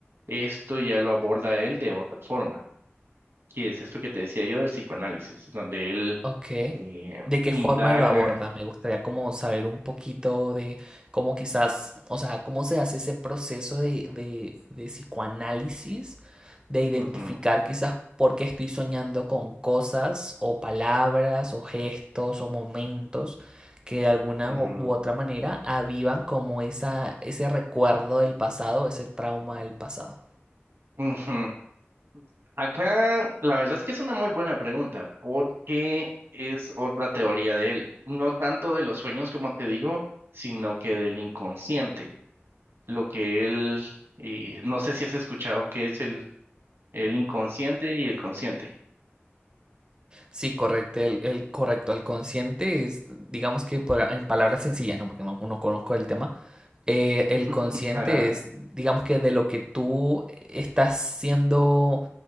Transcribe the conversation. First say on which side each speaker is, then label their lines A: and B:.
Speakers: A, on the right (about 65°); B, on the right (about 20°).
A: esto ya lo aborda él de otra forma, que es esto que te decía yo del psicoanálisis, donde él
B: Ok.
A: eh,
B: ¿De qué
A: indaga.
B: forma lo aborda? Me gustaría como saber un poquito de cómo quizás, o sea, cómo se hace ese proceso de, de, de psicoanálisis, de identificar
A: ujú,
B: quizás por qué estoy soñando con cosas o palabras o gestos o momentos que de alguna
A: ujú,
B: u u otra manera avivan como esa, ese recuerdo del pasado, ese trauma del pasado.
A: ujú. Acá, la verdad es que es una muy buena pregunta, porque es otra teoría de él, no tanto de los sueños, como te digo, sino que del inconsciente. Lo que él, eh, no sé si has escuchado que es el, el inconsciente y el consciente.
B: Sí, correcto. El, el correcto, el consciente es, digamos que por- en palabras sencillas, ¿no? Porque no, no conozco el tema. eh, el
A: <laughs>
B: consciente
A: Ajá,
B: es, digamos que de lo que tú estás siendo,